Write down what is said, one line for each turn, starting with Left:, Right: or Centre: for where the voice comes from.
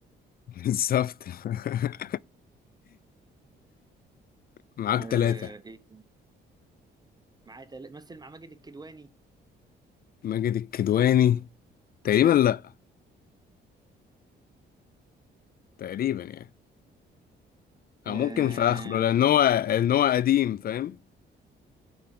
Left: <laughs> بالظبط <laughs> معاك
Right: آه،
Left: ثلاثة
Right: ايه معاه تل... مثل مع ماجد الكدواني
Left: ماجد الكدواني تقريبا لا تقريبا يعني
Right: آه...
Left: أو ممكن في آخره لأن هو لأن هو قديم فاهم